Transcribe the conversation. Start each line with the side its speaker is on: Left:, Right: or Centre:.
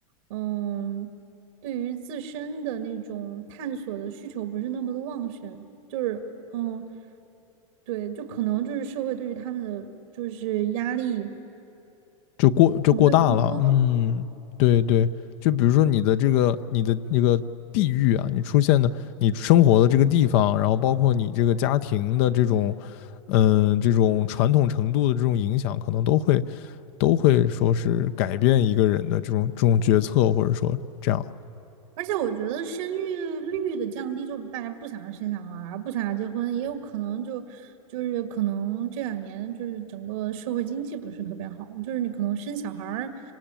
Right: 嗯，对于自身的那种探索的需求不是那么的旺盛。就是嗯，对，就可能就是社会对于他们的就是压力
Left: 就过就过大了，
Right: 可能会更多，
Left: 嗯，对对，就比如说你的这个你的那个地域啊，你出现的你生活的这个地方，然后包括你这个家庭的这种，嗯，这种传统程度的这种影响，可能都会都会说是改变一个人的这种这种决策，或者说这样，
Right: 而且我觉得生育率的降低，就大家不想要生小孩儿，不想要结婚，也有可能就就是可能这两年就是整个社会经济不是特别好，就是你可能生小孩儿、